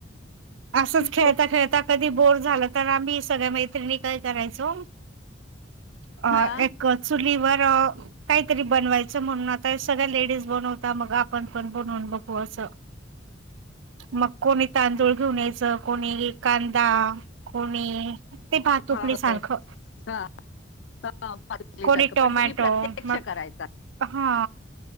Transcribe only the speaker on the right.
असंच खेळता
खेळता कधी बोर. झालं तर आम्ही सगळ्या मैत्रिणी काय करायचो? अ
एक चुलीवर. काहीतरी बनवायचं म्हणून आता सगळ्या लेडीज बनवता. मग आपण पण बनवून बघू असं.
मग कोणी तांदूळ घेऊन यायचं, कोणी कांदा, कोणी. ते भातुकली
सारखं.
कोणी टोमॅटो
मग
हा.